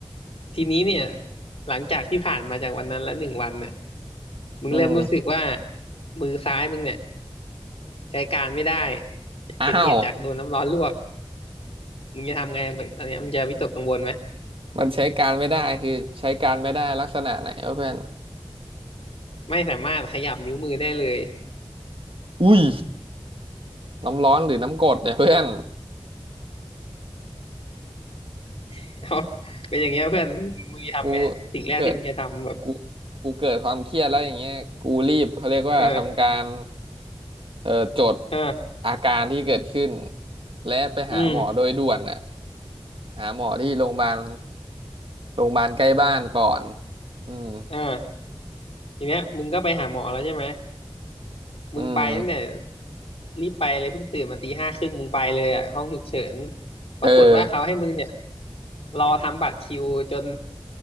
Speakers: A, on the left; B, on the right.
A: ทีนี้เนี่ยหลังจากที่ผ่านมาจากวันนั้นแล้วหนึ่งวันเนี่ยมึงเริ่มรู้สึกว่า
B: อืม
A: มือซ้ายมึงเนี่ยใช้การไม่ได้
B: อ้าว
A: เป็นเหตุจากโดนน้ำร้อนลวกมึงจะทำไงตอนเนี้ยมึงจะวิตกกังวลไหม
B: มันใช้การไม่ได้คือใช้การไม่ได้ลักษณะไหนวะเพื่อน
A: ไม่สามารถขยับนิ้วมือได้เลย
B: อุ้ยน้ำร้อนหรือน้ำกรดเนี่ยเพื่อน
A: <laughs> เอาเป็นอย่างเงี้ยเพื่อนมึงจะทำไงสิ่งแรกที่มึงจะทำแบบ
B: กูเกิดกูกูเกิดความเครียดแล้วอย่างเงี้ยกูรีบเขาเรียกว่าทำการ
A: เออ
B: เอ่อจด
A: เออ
B: อาการที่เกิดขึ้นและไปหาหมอโดยด่วนน่ะ
A: อืม
B: หาหมอที่โรงพยาบาลโรงพยาบาลใกล้บ้านก่อนอืม
A: เออทีเนี้ยมึงก็ไปหาหมอแล้วใช่ไหมมึงไปตั้งแต่
B: อืม
A: รีบไปเลยเพิ่งตื่นมาตีห้าครึ่งมึงไปเลยอ่ะห้องฉุกเฉินปรากฏว่าเขาให้มึงเนี่ย
B: เออ
A: รอทำบัตรคิวจน